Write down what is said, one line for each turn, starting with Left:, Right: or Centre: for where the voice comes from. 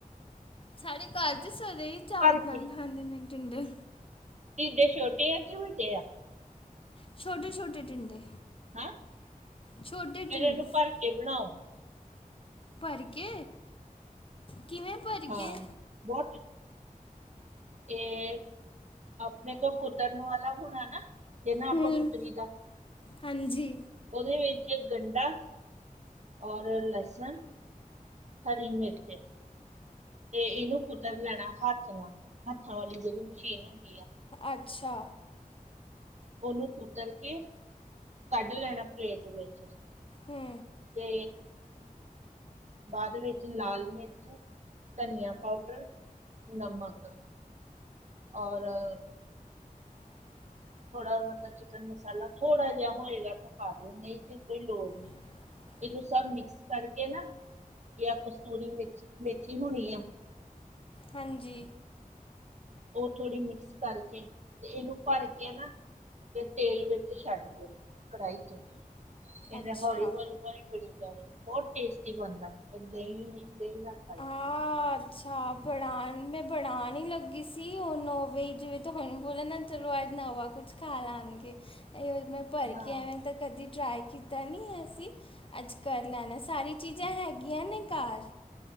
Left: ਸਾਡੇ ਘਰ ਚ ਸਾਰੇ ਹੀ ਚਾਵਲ
Right: ਭਰ
Left: ਨਾਲ
Right: ਕੇ
Left: ਖਾਂਦੇ ਨੇ, ਠਿੰਡੇ।
Right: ਟਿੰਡੇ ਛੋਟੇ ਆ, ਕਿ ਵੱਡੇ ਆ?
Left: ਛੋਟੇ, ਛੋਟੇ, ਟਿੰਡੇ,
Right: ਹੈ,
Left: ਛੋਟੇ
Right: ਫਿਰ
Left: ਟਿੰਡੇ
Right: ਇਹਨੂੰ ਭਰ ਕੇ ਬਣਾਓ।
Left: ਭਰ ਕੇ, ਕਿਵੇਂ? ਭਰ
Right: ਹਾਂ,
Left: ਕੇ?
Right: ਬਹੁਤ ਇਹ, ਆਪਣੇ ਕੋਲ, ਕੁਤਰਨ ਵਾਲਾ ਹੋਣਾ ਨਾ। ਜੇ, ਨਾ ਆਪਾਂ
Left: ਹੂੰ,
Right: ਕੁਤਰੀ ਦਾ।
Left: ਹਾਂਜੀ,
Right: ਉਹਦੇ ਵਿੱਚ ਇੱਕ ਗੰਢਾ। ਔਰ ਲਸਣ, ਹਰੀ ਮਿਰਚੀ, ਤੇ ਇਹਨੂੰ ਕੁਤਰ ਲੈਣਾ ਹੱਥ ਨਾਲ, ਹੱਥਾਂ ਵਾਲੀ ਜਿਹੜੀ ਮਸ਼ੀਨ ਹੁੰਦੀ ਆ।
Left: ਅੱਛਾ,
Right: ਉਹਨੂੰ ਕੁਤਰ ਕੇ, ਕੱਢ ਲੈਣਾ ਪਲੇਟ ਵਿੱਚ।
Left: ਹੂੰ।
Right: ਤੇ ਬਾਅਦ ਵਿੱਚ ਲਾਲ ਮਿਰਚ, ਧਨੀਆ ਪਾਊਡਰ, ਨਮਕ, ਔਰ
Left: <inaudible>
Right: ਥੋੜਾ ਮਤਲਬ ਚਿਕਨ ਮਸਾਲਾ ਥੋੜ੍ਹਾ ਜਿਹਾ ਹੋਏਗਾ ਤੇ ਪਾ ਲਿਓ ਨਹੀਂ ਤੇ ਕੋਈ ਲੋੜ ਨਹੀਂ।
Left: <inaudible>
Right: ਇਹਨੂੰ ਸਭ ਮਿਕਸ ਕਰਕੇ ਨਾ ਇਹ ਕਸੂਰੀ ਮ ਮੇਥੀ ਹੋਣੀ ਆ।
Left: ਹਾਂਜੀ।
Right: ਉਹ ਥੋੜ੍ਹੀ ਮਿਕਸ ਕਰਕੇ ਤੇ ਇਹਨੂੰ ਭਰ ਕੇ ਨਾ, ਤੇ ਤੇਲ ਵਿੱਚ ਛੱਡ ਦਿਓ, ਕੜਾਹੀ ਚ। ਫੇਰ
Left: ਅੱਛਾ,
Right: ਹੌਲੀ ਹੌਲੀ ਹੌਲੀ ਬਣੀ ਜਾਣੀ ਬਹੁਤ ਟੇਸਟੀ ਬਣਦਾ। ਦਹੀਂ, ਦਹੀਂ ਨਾ ਖਾਓ।
Left: ਹਾਂ, ਅੱਛਾ ਬਣਾਉਣ ਮੈਂ ਬਣਾਉਣ ਹੀ ਲੱਗੀ ਸੀ ਉਹ ਨੌ ਵਜ ਜਿਵੇਂ ਤੁਹਾਨੂੰ ਬੋਲ ਨਾ ਚਲੋ ਅਜ ਨਵਾ ਕੁਛ ਖਾ ਲਵਾਂਗੇ ਭਰ੍ਹ
Right: ਹਾਂ
Left: ਕੇ ਆਂ ਤਾਂ ਕਦੀ ਟਰਾਈ ਕੀਤਾ ਨਹੀ ਅਸੀਂ, ਅੱਜ ਕਰ ਲੈਣਾ ਸਾਰੀ ਚੀਜ਼ਾਂ ਹੈਗੀਆਂ ਨੇ ਘਰ